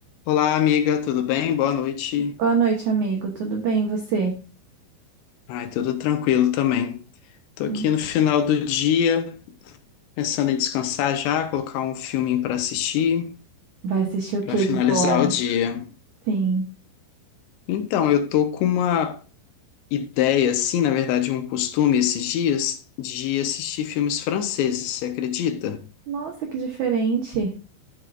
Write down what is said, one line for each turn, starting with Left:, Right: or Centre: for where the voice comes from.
Left: Olá, amiga, tudo bem? Boa noite.
Right: Boa noite, amigo. Tudo bem, e você?
Left: Ai, tudo tranquilo também. Tô aqui
Right: Hum.
Left: no final do dia, pensando em descansar já, colocar um filminho para assistir,
Right: Vai assistir o
Left: para
Right: que
Left: finalizar
Right: de bom?
Left: o dia.
Right: Sim.
Left: Então, eu tô com uma ideia, assim, na verdade, um costume esses dias de assistir filmes franceses, você acredita?
Right: Nossa, que diferente.